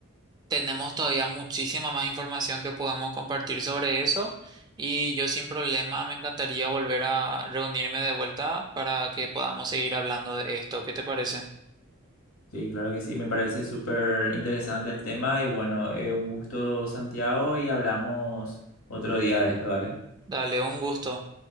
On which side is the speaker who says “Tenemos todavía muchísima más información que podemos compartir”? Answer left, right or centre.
Right